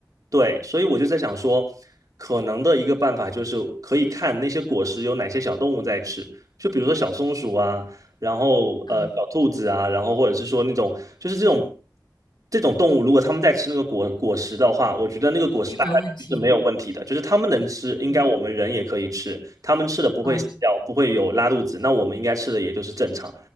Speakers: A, on the right; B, on the left.
A: 对，所以我就在想说，可能的一个办法就是可以看那些果实有哪些小动物在吃，就比如说小松鼠啊，然后呃小兔子啊，
B: 嗯，
A: 然后或者是说那种就是这种这种动物，如果它们在吃那个果果实的话，我觉得那个果实大概率是没有问题的，
B: 证明没问题，
A: 就是它们能吃，应该我们人也可以吃，
B: 嗯
A: 它们吃的不会死掉，
B: 啊
A: 不会有拉肚子，那我们应该吃的也就是正常。